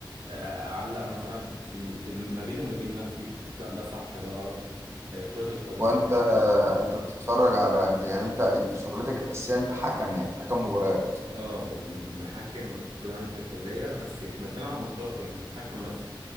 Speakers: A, on the right; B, on the right.
A: آه، اعلق مثلا في في ما بيني وما بين نفسي لا ده صح ده غلط آه، كرة القدم
B: وانت
A: بحب مس-
B: انت بتتفرج على انت يعني انت انت شغلتك الأساسية انت حكم يعني حكم مباريات
A: اه م- بحكم المفروض عندي في الكلية بس احنا بنلعب ماتشات يعني مش بحكم بس